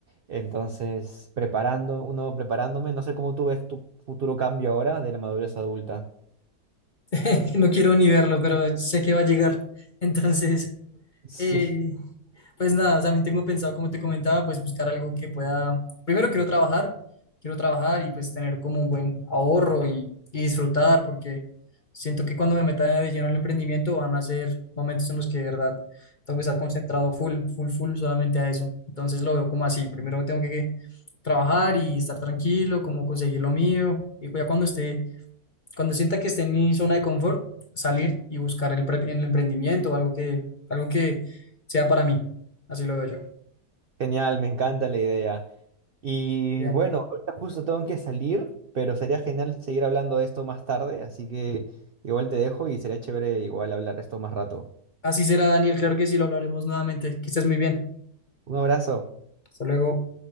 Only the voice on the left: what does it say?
<laughs> No quiero ni verlo, pero sé que va a llegar. Entonces,
Eh, pues nada, también tengo pensado, como te comentaba, pues buscar algo que pueda, primero quiero trabajar, quiero trabajar y pues tener como un buen ahorro y, y disfrutar, porque siento que cuando me meta de lleno al emprendimiento van a ser momentos en los que de verdad tengo que estar concentrado full, full, full solamente a eso. Entonces lo veo como así, primero tengo que trabajar y estar tranquilo, como conseguir lo mío, y ya cuando esté cuando sienta que esté en mi zona de confort, salir y buscar el, pre- el emprendimiento o algo que, algo que sea para mí. Así lo veo yo.
Daniel.
Así será, Daniel. Claro que sí, lo hablaremos nuevamente. Que estés muy bien.
Hasta luego.